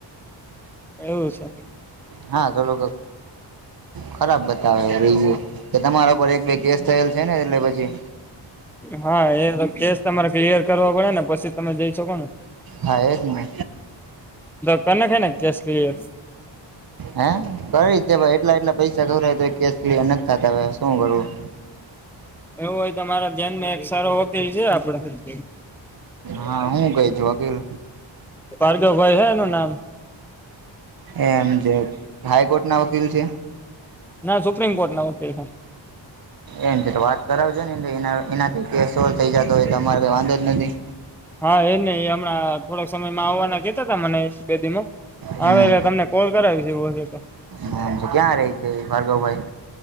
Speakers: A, in the centre; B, on the right (about 50°).
A: એવું છે
B: હા ચલો ખરાબ બતાવે રીજું કે તમારા પર એક બે કેસ થયેલ છે ને એટલે પછી
A: હા એ તો કેસ તમારે ક્લિયર કરવા પડે ને પછી તમે જઈ શકોને
B: હા એજ ને
A: કરનાખાઈ ને કેસ કીલિયર
B: હે કરી જ દેવાઈ એટલા એટલા પૈસા ખવડાવ્યા તો યે કેસ કીલયર નથી થતા હ શું કરવું
A: એવું હોય તો તમારા ધ્યાન માં એક સારો વકીલ છે આપડે
B: હા હું કે છે વકીલ
A: ભાર્ગવ ભાઈ હે એનું નામ
B: એમ જે હાઈકોર્ટ ના વકીલ છે
A: ના સુપ્રીમ કોર્ટ ના વકીલ છે
B: એમ છે તો વાત કરાવજો ને એનાથી કેસ સોલ્ થઈ જતો હોય તો અમારેઈ વાંધો જ નથી
A: હા એ ન હમણાં થોડાક સમયમાં આવવાના કતા હતા મને બેદીમ
B: હમ
A: હ એટલે તમને કોલ કરાવીશી એવું હશે તો
B: નામ છે કે્યાં રહે છે ભાર્ગવ ભાઈ